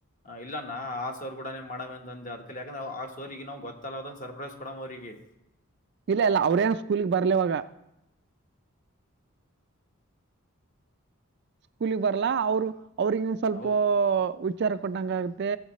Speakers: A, on the left; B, on the right.
A: ಇಲ್ಲ ನಾ ಆ ಸರ್ ಕೂಡ ಮಾಡಮ್ ಅಂದ ಅದ್ಕಲ್ಲಿ ಯಾಕಂದ್ರ ಆ ಸರ್ಗೆ ನಿನ್ನ ಗೊತ್ತಲ್ಲದಂಗ್ ಸರ್ಪ್ರೈಸ್ ಕೊಡಮ್ ಅವ್ರರಿಗೆ.
B: ಇಲ್ಲ ಇಲ್ಲ ಅವ್ರೇನ್ ಸ್ಕೂಲಗೇ ಬರ್ಲಿವಾಗ. ಸ್ಕೂಲಿಗೆ ಬರ್ಲ್ಲಾ ಅವ್ರ್ ಅವ್ರು ಅವ್ರಿಗನ್ ಸ್ವಲ್ಪ
A: ಹೌದು
B: ವಿಚಾರ ಕೊಟ್ಟಂಗತ್ತೆ.